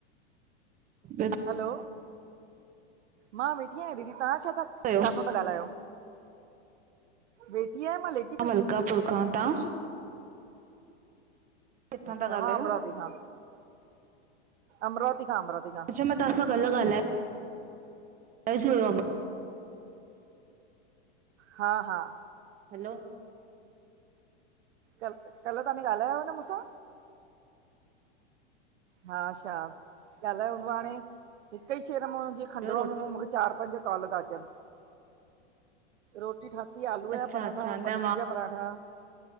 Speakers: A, on the right; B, on the right.
A: ॿियो दा
B: हलो मां वेठी आहियां दीदी, तहां छा था,
A: कयो
B: काथां ता ॻाल्हायो? वेठी आहियां मां लेट
A: मलकापुर खां, तहा? किथां
B: अच्छा,
A: था ॻाल्हायो
B: मां अमरावती खां अमरावती खां अमरावती खां।
A: अच्छा मां तहां सां कल ॻाल्हाय त जो <unintelligible>
B: हा हा।
A: हलो
B: कल् कल्ह तहांने ॻाल्हायो आ न मुसां? हा, छा ॻाल्हायो हूंदो हाणें, हिक ई शहर मुं जीअं खंडुवा
A: ॿियो रोटी
B: मुं मुखे चार-पांज काल ता अचनि, रोटी ठाती आ आलूअ
A: अच्छा
B: जा पराठा
A: अच्छा न
B: पनीर जा पराठा।